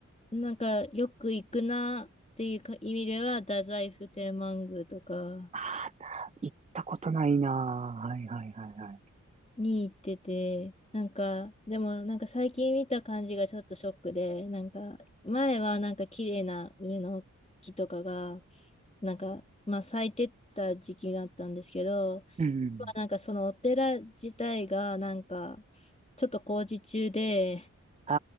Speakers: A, on the left; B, on the right.
A: なんか、よく行くなっていうか意味では、太宰府天満宮とか、
B: ああー、行ったことないなぁ。はいはいはいはい。
A: に行ってて、なんか、でもなんか最近見た感じがちょっとショックで、なんか、前はなんか綺麗な梅の木とかが、なんか、まあ咲いてった時期があったんですけど、
B: うんうん。
A: まあなんかそのお寺自体がなんか、ちょっと工事中で、
B: あ